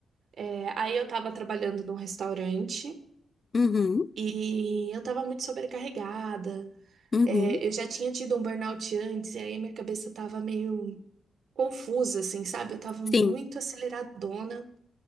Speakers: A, on the right; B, on the left.
A: é, aí eu tava trabalhando num restaurante
B: Uhum.
A: e eu tava muito sobrecarregada.
B: Uhum.
A: É, eu já tinha tido um burnout antes, e aí minha cabeça tava meio confusa, assim, sabe? Eu tava muito
B: Sim.
A: aceleradona.